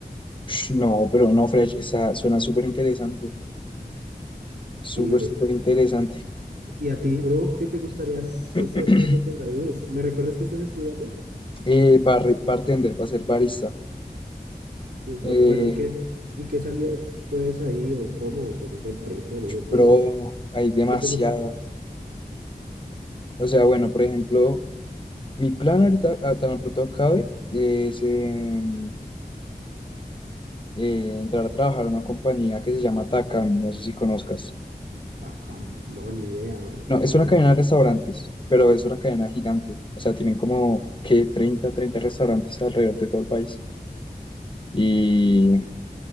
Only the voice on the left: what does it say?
ush, No, pero no, Fresh, esa suena súper interesante. Súper,
súper interesante.
<clears throat>
Eh, barri- bartender, para ser barista.
Eh,
pero hay demasiadas.
O sea, bueno, por ejemplo, mi plan ahorita, a- tan pronto acabe, es em, eh, entrar a trabajar en una compañía que se llama Takami, no sé si conozcas.
No,
es
una cadena de restaurantes, pero es una cadena gigante. O sea, tienen como que treinta treinta restaurantes alrededor de todo el país. y